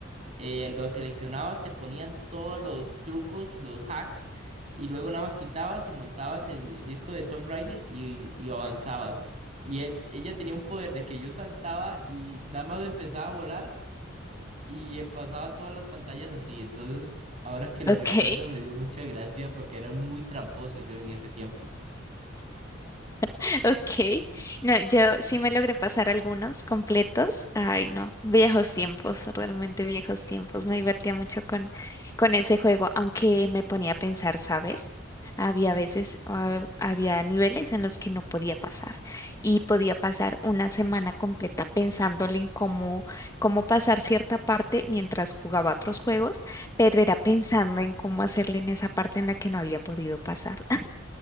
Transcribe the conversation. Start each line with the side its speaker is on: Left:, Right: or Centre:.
Right: eh, lo seleccionabas, te ponían todos los trucos, los hacks, y luego nada más quitabas y montabas el, el disco de Tomb Raider y, y avanzabas. Y él, ella tenía un poder de que yo saltaba y nada más empezaba a volar y eh, pasaba todas las pantallas así. Entonces, ahora que lo
Left: Ok.
Right: recuerdo, me dio mucha gracia porque era muy tramposo yo en ese tiempo.
Left: <laughs> Ok. No, yo sí me logré pasar algunos completos. Ay, no, viejos tiempos, realmente viejos tiempos. Me divertía mucho con, con ese juego, aunque me ponía a pensar, ¿sabes? Había veces, ah, había niveles en los que no podía pasar y podía pasar una semana completa pensándole en cómo, cómo pasar cierta parte mientras jugaba otros juegos, pero era pensando en cómo hacerle en esa parte en la que no había podido pasar.